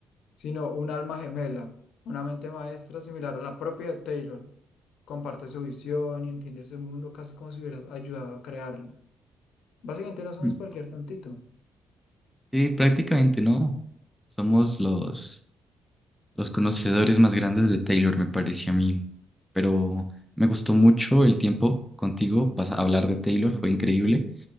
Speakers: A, on the left; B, in the centre.
A: sino un alma gemela, una mente maestra similar a la propia de Taylor. Comparte su visión y entiende ese mundo casi como si hubieras ayudado a crearlo. Básicamente no somos
B: Mm.
A: cualquier tontito.
B: Sí, prácticamente no. Somos los los conocedores más grandes de Taylor, me pareció a mí. Pero me gustó mucho el tiempo contigo, pas- hablar de Taylor, fue increíble,